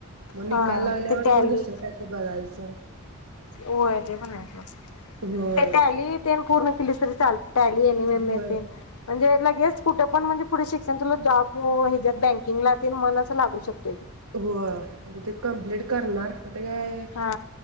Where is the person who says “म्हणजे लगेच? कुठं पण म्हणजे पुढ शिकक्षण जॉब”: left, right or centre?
Left